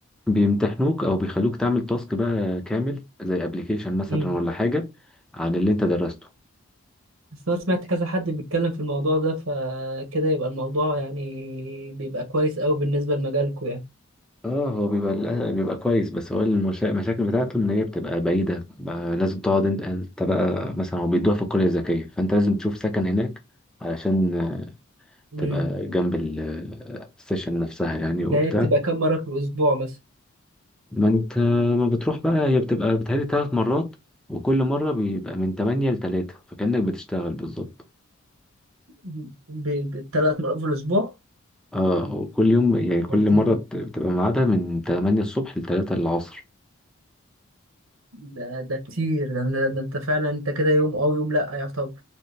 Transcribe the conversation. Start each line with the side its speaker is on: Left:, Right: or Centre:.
Centre: بيمتحنوك او بيخلوك تعمل تاسك بقى كامل زي ابلكيشن مثلا
Right: امم
Centre: ولا حاجه عن اللي انت درسته
Right: بس انا سمعت كذا حد بيتكلم في الموضوع ده فكده يبقى الموضوع يعني بيبقى كويس قوي بالنسبه لمجالكم يعني
Centre: اه هو بيبقى للأ- بيبقى كويس بس هو المشا- المشاكل بتاعته ان هي بتبقى بعيده بقى لازم تقعد انت انت بقى مثلا هو بيدوها في القريه الذكيه فانت لازم تشوف سكن هناك علشان آه،
Right: امم
Centre: تبقى جنب ال- آه، السيشن نفسها يعني وبتاع
Right: ده هي بتبقى كم مره في الاسبوع مثلا
Centre: ما انت ما بتروح بقى هي بتبقى بتهيألي ثلاث مرات وكل مره بيبقى من 8 ل 3 فكأنك بتشتغل بالظبط
Right: ب- ب- بالثلاث مرات في الاسبوع
Centre: اه وكل يوم يعني كل
Right: ده كتير
Centre: مرة بت- بتبقى ميعادها من 8 الصبح ل 3 العصر
Right: ده ده كتير ده, ده, ده انت فعلا انت كده يوم او يوم لا يعتبر